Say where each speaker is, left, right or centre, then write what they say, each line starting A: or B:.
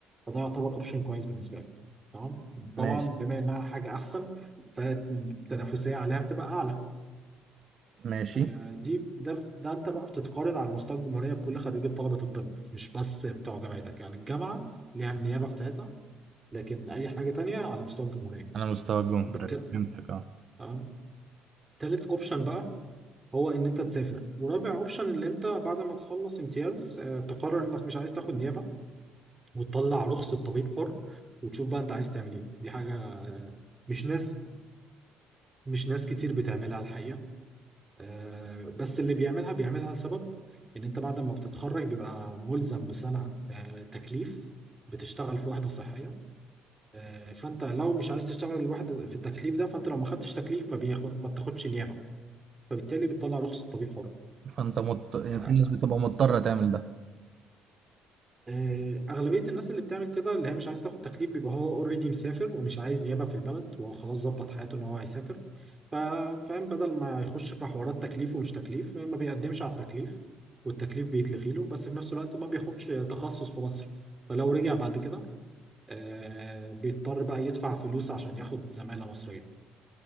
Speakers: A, on the right; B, on the right.
A: فده يعتبر اوبشن كويس بالنسبه لك تمام طبعا
B: ماشي
A: بما انها حاجه احسن فالتنافسيه عليها بتبقى اعلى
B: ماشي
A: آه، دي ده ده انت بقى بتتقارن على مستوى الجمهوريه بكل خريجي طلبه الطب مش بس بتوع جامعتك يعني الجامعه ليها النيابه بتاعتها لكن اي حاجه تانية على مستوى الجمهوريه
B: على مستوى الجمهورية
A: بالك-
B: فهمتك اه
A: تمام تالت اوبشن بقى هو ان انت تسافر ورابع اوبشن ان انت بعد ما تخلص امتياز آه، تقرر انك مش عايز تاخد نيابه وتطلع رخصه طبيب حر وتشوف بقى انت عايز تعمل ايه دي حاجه آه، مش ناس مش ناس كتير بتعملها الحقيقه آه، بس اللي بيعملها بيعملها لسبب ان انت بعد ما بتتخرج بيبقى ملزم بسنه آه، تكليف بتشتغل في وحده صحيه آه، فانت لو مش عايز تشتغل الواحد في التكليف ده فانت لو ما خدتش تكليف ما بياخد ما بتاخدش نيابه فبالتالي بتطلع رخصه طبيب حر
B: فانت مضط... يعني
A: آه،
B: في ناس بتبقى مضطرة تعمل ده
A: آه، أغلبية الناس اللي بتعمل كده اللي هي مش عايز تاخد تكليف بيبقى هو اوريدي مسافر ومش عايز نيابة في البلد وهو خلاص ظبط حياته إن هو هيسافر ف- فاهم بدل ما يخش في حوارات تكليف ومش تكليف ما بيقدمش على التكليف والتكليف بيتلغي له بس في نفس الوقت ما بياخدش تخصص في مصر فلو رجع بعد كده آه، بيضطر بقى يدفع فلوس عشان ياخد زمالة مصرية